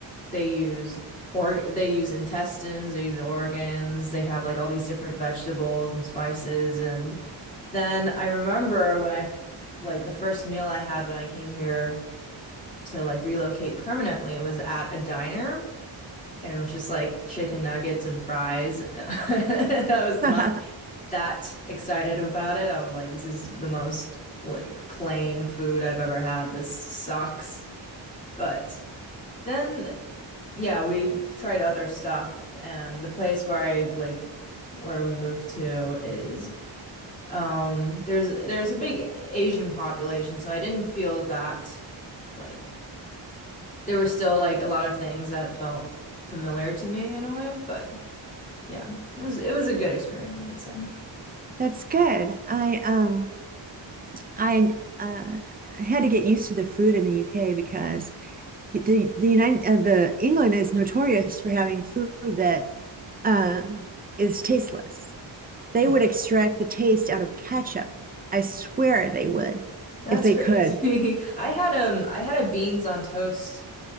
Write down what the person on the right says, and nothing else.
<laughs>
That's good. I um I uh, had to get used to the food in the UK because the the United uh, the England is notorious for having food that uh, is tasteless. They
would extract the taste out of ketchup. I swear they would
if they
could.